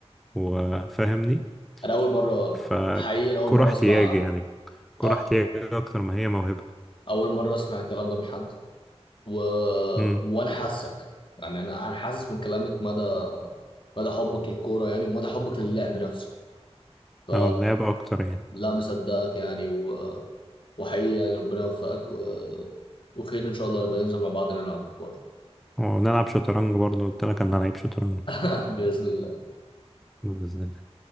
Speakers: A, in the centre; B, on the left.
A: وفاهمني
B: انا اول مره
A: فكرة
B: حقيقي انا اول مره
A: احتياجي
B: اسمع
A: يعني كرة
B: أ-
A: احتياجي أكتر ما هي موهبة
B: اول مره اسمع الكلام ده من حد و...
A: امم
B: وانا حاسك يعني انا انا حاسس من كلامك مدى مدى حبك للكوره يعني ومدى حبك للعب نفسه ف
A: أو اللعب أكتر يعني
B: لا مصدقك يعني و... وحقيقي يعني ربنا يوفقك و... وخير ان شاء الله يبقى ننزل مع بعض نلعب كوره
A: ونلعب شطرنج برضه قلت لك أنا لعيب شطرنج
B: <laughs> باذن الله
A: بإذن الله.